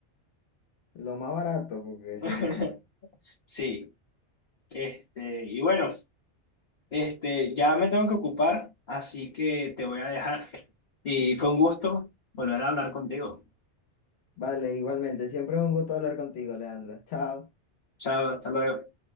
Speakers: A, on the left (about 80°); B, on the left (about 45°).
A: lo más barato, porque si
B: <laughs>
A: no.
B: Sí, este, y bueno, este, ya me tengo que ocupar, así que te voy a dejar. Y fue un gusto volver a hablar contigo.
A: Vale, igualmente, siempre es un gusto hablar contigo, Leandro. Chao.
B: Chao, hasta luego.